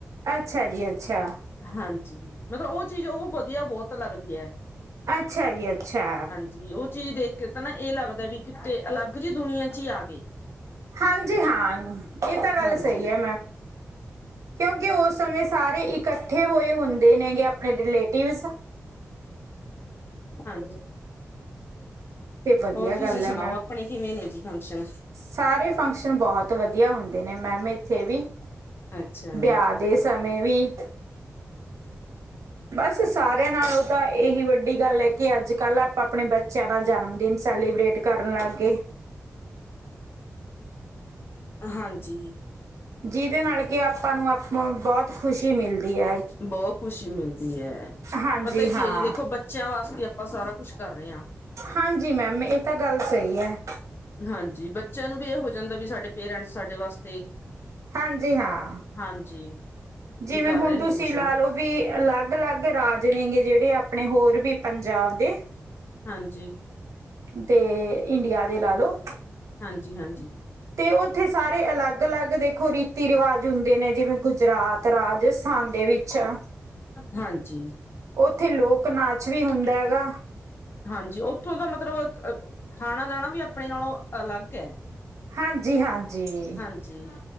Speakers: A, on the right (about 80°); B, on the left (about 45°).
A: ਅੱਛਾ ਜੀ ਅੱਛਾ।
B: ਹਾਂਜੀ ਮਤਲਬ ਉਹ ਚੀਜ਼ ਉਹ ਵਧੀਆ ਬਹੁਤ ਲੱਗਦੀ ਹੈ।
A: ਅੱਛਾ ਜੀ ਅੱਛਾ।
B: ਜੀ ਉਹ ਚੀਜ਼ ਦੇਖ ਕੇ ਤਾਂ ਨਾ ਇਹ ਲੱਗਦਾ ਵੀ। ਕਿਤੇ ਅਲੱਗ ਜਹੀ ਦੁਨੀਆਂ ਚ ਹੀ ਆ ਗ
A: ਹਾਂਜੀ ਹਾਂ ਇਹ ਤਾਂ ਗੱਲ
B: ਹਾਂਜੀ।
A: ਸਹੀ ਹੈ ਕਿਉਂਕਿ ਉਸ ਸਮੇਂ ਸਾਰੇ ਇਕੱਠੇ ਹੋਏ ਹੁੰਦੇ ਨੇਗੇ। ਆਪਣੇ ਰਿਲੇਟਿਵਸ
B: ਹਾਂਜੀ।
A: ਤੇ ਵਧੀਆ
B: ਹੋਰ ਤੁਸੀਂ
A: ਗੱਲ
B: ਸੁਣਾਓ
A: ਹੈ ਮੈਂ
B: ਆਪਣੇ ਕਿਵੇਂ ਨੇ ਜੀ ਫੰਕਸ਼ਨ।
A: ਸਾਰੇ ਫੰਕਸ਼ਨ ਬਹੁਤ ਵਧੀਆ ਹੁੰਦੇ ਨੇ ਮੈਮ ਇੱਥੇ ਵੀ
B: ਅੱਛਾ।
A: ਜ਼ ਦੇ ਸਮੇਂ ਵੀ ਬਸ ਸਾਰਿਆਂ ਨਾਲ। ਤਾਂ ਇਹੀ ਵੱਡੀ ਗੱਲ ਹੈ ਕਿ ਅੱਜ ਕੱਲ ਆਪਾਂ ਆਪਣੇ ਬੱਚਿਆਂ ਦਾ ਜਨਮ ਦਿਨ ਸੈਲੀਬ੍ਰੇਟ ਕਰਨ ਲੱਗ ਗਏ।
B: ਹਾਂਜੀ।
A: ਜਿਹਦੇ ਨਾਲ ਕਿ ਆਪਾਂ ਨੂੰ ਆਪ ਬਹੁਤ ਖੁਸ਼ੀ ਮਿਲਦੀ ਹੈ।
B: ਬਹੁਤ ਖ਼ੁਸ਼ੀ ਮਿਲਦੀ ਹੈ
A: ਹਾਂਜੀ
B: ਪਤਾ ਕੀ
A: ਹਾਂ
B: ਹੈ ਜੀ ਦੇਖੋ ਬੱਚਿਆਂ ਵਾਸਤੇ। ਆਪ ਸਾਰਾ ਕੁੱਛ ਕਰ ਰਹੇ ਹਾਂ।
A: ਹਾਂਜੀ ਮੈਮ ਇਹ ਤਾਂ ਗੱਲ ਸਹੀ ਹੈ।
B: ਹਾਂਜੀ ਬੱਚਿਆਂ ਨੂੰ ਵੀ ਇਹ ਹੋ ਜਾਂਦਾ ਵੀ ਸਾਡੇ ਪੇਰੈਂਟਸ ਸਾਡੇ ਵਾਸਤੇ।
A: ਹਾਂਜੀ ਹਾਂ।
B: ਹਾਂਜੀ
A: ਜਿਵੇਂ
B: ਵੀ ਕਰ
A: ਹੁਣ
B: ਰਹੇ
A: ਤੁਸੀਂ
B: ਨੇ ਕੁਛ
A: ਲਾ ਲਓ ਵੀ ਅਲੱਗ ਅਲੱਗ ਰਾਜ ਨੇ ਜਿਹੜੇ ਆਪਣੇ ਹੋਰ ਵੀ ਪੰਜਾਬ ਦੇ
B: ਹਾਂਜੀ਼।
A: ਤੇ ਇੰਡੀਆ ਦੇ ਲਾ ਲਓ।
B: ਹਾਂਜੀ, ਹਾਂਜੀ਼।
A: ਤੇ ਉੱਥੇ ਸਾਰੇ ਅਲੱਗ ਅਲੱਗ ਦੇਖੋ ਰੀਤੀ ਰਿਵਾਜ ਹੁੰਦੇ ਨੇ ਜਿਵੇਂ ਗੁਜਰਾਤ, ਰਾਜਸਥਾਨ਼। ਰਾਜਸਥਾਨ ਦੇ ਵਿੱਚ ਹੈ।
B: ਹਾਂਜੀ
A: ਉੱਥੇ ਲੋਕ ਨਾਚ ਵੀ ਹੁੰਦਾ ਹੈਗਾ।
B: ਹਾਂਜੀ ਉੱਥੋਂ ਦਾ ਮਤਲਬ ਖਾਣਾ ਦਾਣਾ ਵੀ ਆਪਣੇ ਨਾਲੋਂ ਅਲੱਗ ਹੈ।
A: ਹਾਂਜੀ, ਹਾਂਜੀ
B: ਹਾਂਜੀ